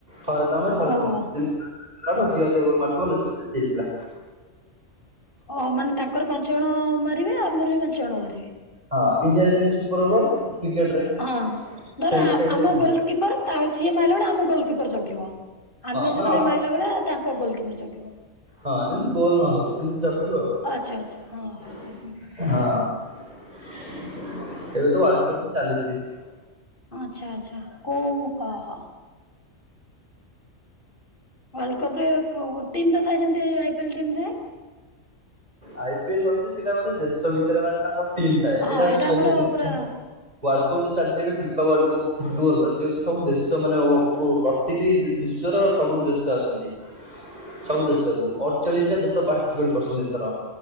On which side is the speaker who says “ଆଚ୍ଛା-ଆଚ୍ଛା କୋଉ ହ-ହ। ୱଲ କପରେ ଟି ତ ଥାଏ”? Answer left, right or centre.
Left